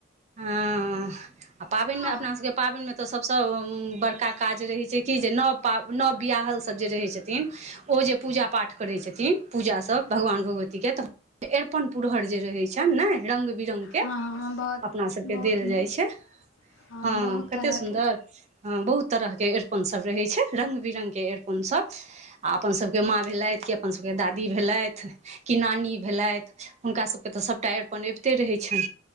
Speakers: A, on the right (about 35°); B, on the left (about 75°).
A: हाँ आ पाबनिमे
B: आओर
A: अपना सबके पाबनिमे तऽ सबसे बड़का काज रहै छै कि जे नव पा नव बियाहल सब जे रहै छथिन ओ जे पूजा पाठ करै छथिन पूजा सब भगवान भगवती के तऽ अरिपन पुरहर जे रहै छन ने रंग बिरंग के
B: हँ हँ बहुत
A: अपना सबके
B: बहुत
A: देल
B: नीक
A: जाइ छै
B: हँ
A: हाँ
B: बहुत
A: कते
B: तरहके
A: सुन्दर हाँ बहुत तरह के एरपन सब रहे छै रंग बिरंग के एड़पन सब आ अपन सब के माँ भेलथि क अपन सबके दादी भेलथि कि नानी भेलथि हुनका सबके तऽ सबटा अरिपन अबिते रहै छन